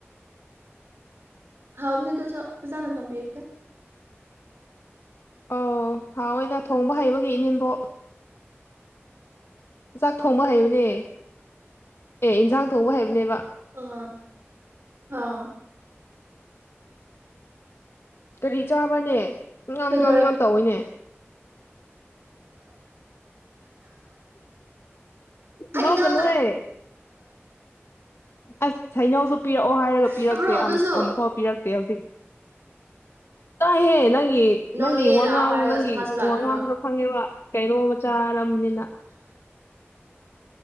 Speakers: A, on the right; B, on the left.
A: ꯍꯥꯎꯕꯅꯦ ꯑꯗꯨꯁꯨ ꯐꯖꯅ ꯊꯣꯡꯕꯤꯔꯗꯤ
B: ꯑꯧ ꯍꯥꯎꯋꯦꯅ ꯊꯣꯡꯕ ꯍꯩꯕꯒꯤ ꯏꯅꯦꯝꯕꯣꯛ ꯆꯥꯛ ꯊꯣꯡꯕ ꯍꯩꯕꯅꯦ ꯑꯦ ꯏꯟꯖꯥꯡ ꯊꯣꯡꯕ ꯍꯩꯕꯅꯦꯕ
A: ꯑꯣꯑ ꯑ
B: ꯀꯔꯤ ꯆꯥꯕ꯭ꯔꯥꯅꯦ ꯉꯝ
A: ꯀꯩꯗꯧꯔꯤ
B: ꯉꯝ ꯉꯝ ꯇꯧꯋꯤꯅꯦ
A: ꯍꯩꯅꯧ
B: ꯅꯣꯛꯀꯅꯨꯍꯦ ꯑꯁ ꯍꯩꯅꯧꯁꯨ ꯄꯤꯔꯛꯑꯣ ꯍꯥꯏꯔꯒ ꯄꯤꯔꯛꯇꯦ
A: ꯂꯥꯛꯑꯕ꯭ꯔꯣ ꯑꯗꯨꯁꯨ
B: ꯑꯃꯨꯐꯥꯎ ꯄꯤꯔꯛꯇꯦ ꯍꯧꯖꯤꯛ ꯇꯥꯏꯍꯦ ꯅꯪꯒꯤ
A: ꯅꯣꯅꯦ
B: ꯅꯪꯒꯤ ꯋꯥꯉꯥꯡ
A: ꯂꯥꯛꯑꯣ ꯍꯥꯏꯔꯒ
B: ꯅꯪꯒꯤ
A: ꯃꯥꯁꯨ ꯂꯥꯛꯇ꯭ꯔꯕ
B: ꯋꯥꯉꯥꯡꯗꯣ ꯈꯪꯉꯦꯕ ꯀꯩꯅꯣꯃ ꯆꯥꯔꯝꯅꯤꯅ